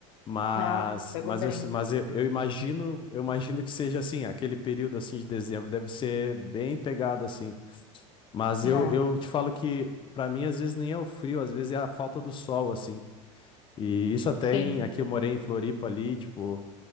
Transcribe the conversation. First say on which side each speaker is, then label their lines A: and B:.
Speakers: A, on the left (about 30°); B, on the left (about 70°).
A: Mas,
B: Ah, pegou
A: mas,
B: bem,
A: eu, mas eu, eu imagino, eu imagino que seja assim, aquele período assim de dezembro deve ser bem pegado assim. Mas
B: né?
A: eu, eu te falo que para mim às vezes nem é o frio, às vezes é a falta do sol assim. E isso até
B: Sim.
A: em aqui eu morei em Floripa ali, tipo,